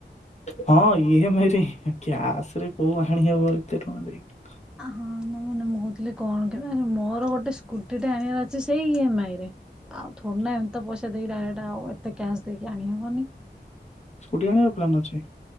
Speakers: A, on the left; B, in the centre.
A: ହଁ ଇ ଏମ ଆଇ ରେ ହିଁ କ୍ୟାସରେ କୋଉ ଆଣି ହବ ଏତେ ଟଙ୍କା ଦେଇକି।
B: ଆ ହଁ ମୁଁ ମାନେ ମୁଁ କହୁଥିଲି କଣ କେବେ ଆରେ ମୋର ଗୋଟେ କୃଟି ଟା ଆଣିବାର ଅଛି ସେଇ ଇ ଏମ ଆଇ ରେ ଆଉ ଥୋଡି ନା ଏମିତ ତ ପଇସା ଦେଇକି ଡାଇରେକ୍ଟ। ଏଟା ଆଉ ଏତେ କ୍ୟାସ ଦେଇକି ଆଣି ହବନି।
A: ସ୍କୁଟି ଆଣିବାର ପ୍ଲାନ୍ ଅଛି।